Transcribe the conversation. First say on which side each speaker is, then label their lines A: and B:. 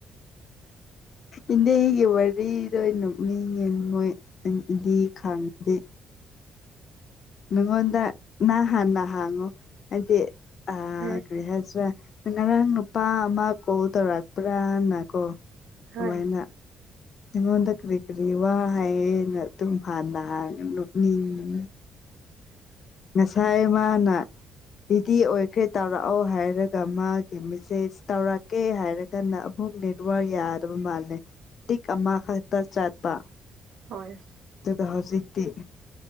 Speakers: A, on the right; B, on the left.
A: ꯑ
B: ꯏꯟꯅꯦꯒꯤ ꯋꯥꯔꯤꯗ ꯅꯨꯅꯤ ꯌꯦꯡꯉꯣꯏ ꯏꯗꯤ ꯈꯥꯡꯗꯦ ꯎ ꯅꯉꯣꯟꯗ ꯅ ꯍꯥꯟꯅ ꯍꯥꯡꯉꯨ ꯍꯥꯏꯗꯤ ꯑ
A: ꯍꯣꯏ
B: ꯀꯔꯤꯍꯁ ꯉꯔꯥꯡ ꯅꯨꯄꯥ ꯑꯃ ꯀꯣꯜ ꯇꯧꯔꯛꯄ꯭ꯔꯥꯅꯀꯣ ꯑꯗꯨꯃꯥꯏꯅ
A: ꯍꯣꯏ
B: ꯑꯩꯉꯣꯟꯗ ꯀꯔꯤ ꯀꯔꯤ ꯋꯥ ꯍꯥꯏꯌꯦꯅ ꯑꯗꯨꯨꯝꯐꯥꯟꯗꯅꯤꯡ ꯉꯁꯥꯏ ꯃꯥꯅ ꯕꯤꯗꯤ ꯑꯣꯏꯈ꯭ꯔꯦ ꯇꯧꯔꯛꯑꯣ ꯍꯥꯏꯔꯒ ꯃꯥꯒꯤ ꯃꯦꯁꯦꯖ ꯇꯧꯔꯛꯀꯦ ꯍꯥꯏꯔ ꯀꯟꯅ ꯑꯃꯨꯛ ꯅꯦꯠꯋꯥꯔ ꯌꯥꯗꯕ ꯃꯥꯜꯂꯦ ꯇꯤꯛ ꯑꯃꯈꯛꯇ ꯆꯠꯄ
A: ꯍꯣꯏ
B: ꯑꯗꯨ ꯍꯧꯖꯤꯡꯇꯤ